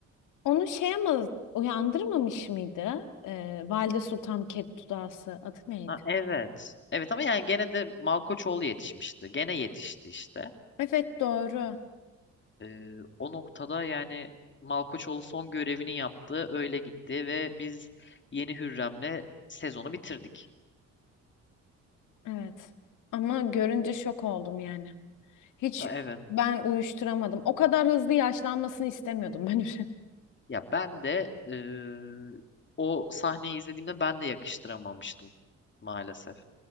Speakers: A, on the left; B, on the left.
A: Onu şey ama uyandırmamış mıydı? Ee, Valide Sultan Kettudası adı neydi?
B: Ha, evet. Evet ama yani gene de Malkoçoğlu yetişmişti. Gene yetişti işte.
A: Evet doğru.
B: Eee, o noktada yani Malkoçoğlu son görevini yaptı. Öyle gitti ve biz yeni Hürrem'le sezonu bitirdik.
A: Evet. Ama görünce şok oldum yani. Hiç
B: Ha, Evet.
A: ben uyuşturamadım. O kadar hızlı yaşlanmasını istemiyordum ben. <laughs>
B: Ya ben de eee, o sahneyi izlediğimde ben de yakıştıramamıştım maalesef.